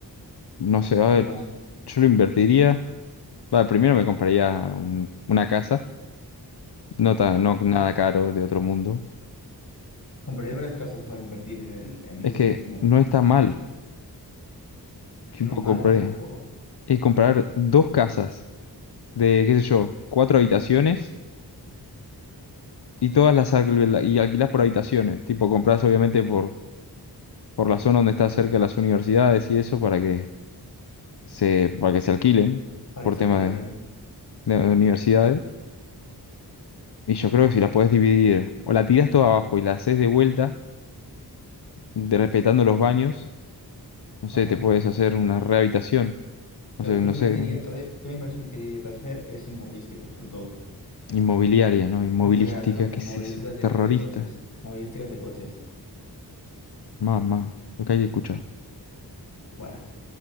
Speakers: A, on the left; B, on the left.
A: No sé, a ver,
B: ¿qué más?
A: yo lo invertiría. Vale, primero me compraría un- una casa, no, ta- no
B: Bueno,
A: nada caro de otro mundo.
B: compraría varias casas para invertir en el, en
A: Es
B: este,
A: que
B: inmo-
A: no está mal, tipo,
B: que no es mala
A: compraría.
B: esa tampoco,
A: Y comprar dos casas de, qué sé yo, cuatro habitaciones Y todas las alquil- y alquilás por habitaciones, tipo compras obviamente por, por la zona donde está cerca las universidades y eso para que se, para que se alquilen
B: para
A: por
B: que se
A: tema
B: alquile bien.
A: de, de universidades. Y yo creo que si la podés dividir o la tirás toda abajo y la haces de vuelta, de- respetando los baños, no sé,
B: Ajá.
A: te puedes hacer una rehabilitación,
B: Claro,
A: o sea,
B: tú
A: no
B: lo invertirías,
A: sé,
B: entonces, tú la inversión que dirías de hacer es inmovilística, sobre todo. O sea,
A: inmobiliaria, ¿no? Inmovilística,
B: inmobiliaria, perdón,
A: ¿qué
B: mo- movilística
A: es eso?
B: es de,
A: Terrorista.
B: es de coches. Movilísticas de coches.
A: Mamá, lo que hay que escuchar.
B: Bueno,